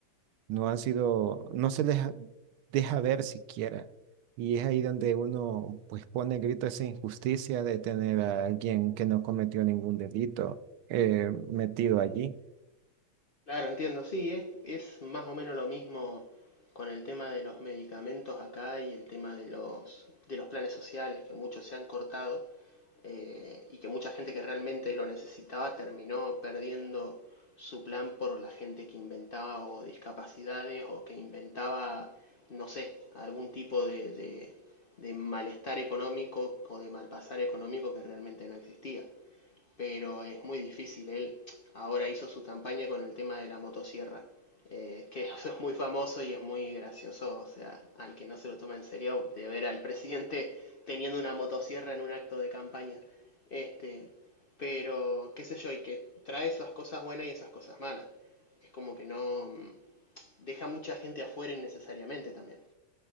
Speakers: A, on the right (about 90°); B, on the left (about 60°).
A: no han sido, no se les ha- deja ver siquiera. Y es ahí donde uno pues pone grito esa injusticia de tener a alguien que no cometió ningún delito eh, metido allí.
B: Claro, entiendo, sí, es, es más o menos lo mismo con el tema de los medicamentos acá y el tema de los, de los planes sociales, que muchos se han cortado eh, y que mucha gente que realmente lo necesitaba terminó perdiendo su plan por la gente que inventaba o discapacidades o que inventaba, no sé, algún tipo de, de de malestar económico o de malpasar económico que realmente no existía pero es muy difícil. Él ahora hizo su campaña con el tema de la motosierra, eh, que <laughs> eso es muy famoso y es muy gracioso, o sea, al que no se lo toma en serio, de ver al presidente teniendo una motosierra en un acto de campaña. Este, pero, qué sé yo, y que trae esas cosas buenas y esas cosas malas. Es como que no mm, deja mucha gente afuera innecesariamente también.